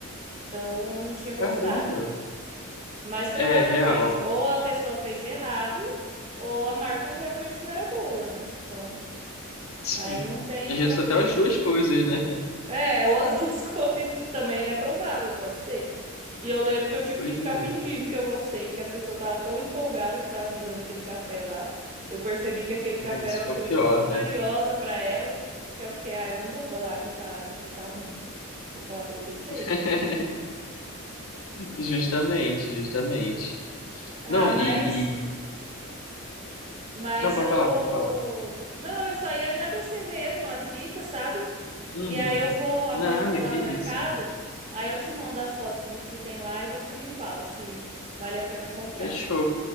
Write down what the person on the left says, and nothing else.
Caramba.
É, real.
Sim.
Às vezes
até
as duas coisas, né?
Pois
é.
Ah, isso
que
é o pior,
né?
<laughs> Justamente, justamente.
Não,
e, e-
Não, pode
falar, pode falar.
Uhum.
Nada,
que
isso.
Fechou.